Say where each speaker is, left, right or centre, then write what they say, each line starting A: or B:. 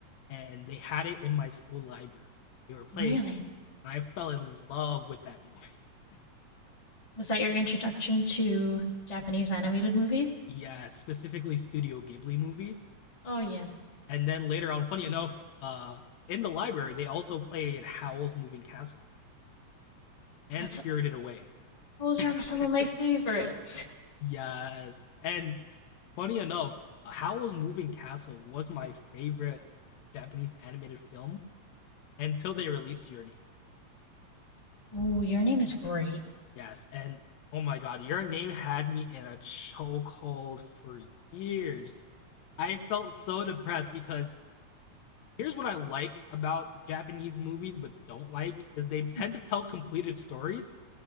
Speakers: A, on the left; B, on the left.
A: and they had it in my school library. They were playing
B: Really?
A: it, and I fell in love with that movie. <laughs>
B: Was that your introduction to Japanese animated movies?
A: Yeah, specifically Studio Ghibli movies.
B: Oh, yes.
A: And then later on, funny enough, uh, in the library, they also played Howl's Moving Castle. and
B: That's
A: Spirited Away.
B: those are
A: <laughs>
B: some of my favorites.
A: yes. And funny enough, Howl's Moving Castle was my favorite Japanese animated film until they released Your Name.
B: Oh, your name is great.
A: Yes. And oh my god, Your Name had me in a chokehold for years. I felt so depressed because here's what I like about Japanese movies but don't like is they tend
B: Mm.
A: to tell completed stories,